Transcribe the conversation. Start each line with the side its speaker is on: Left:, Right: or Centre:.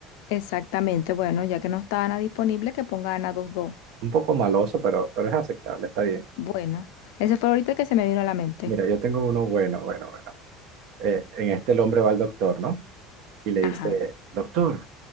Left: Exactamente, bueno, ya que no está Ana disponible, que ponga Ana dos dos.
Right: Un poco maloso, pero, pero es aceptable, está bien.
Left: Bueno, ese fue ahorita el que se me vino a la mente.
Right: Mira, yo tengo uno bueno, bueno, bueno. Eh, en este el hombre va al doctor, ¿no? y le dice,
Left: Ajá.
Right: doctor,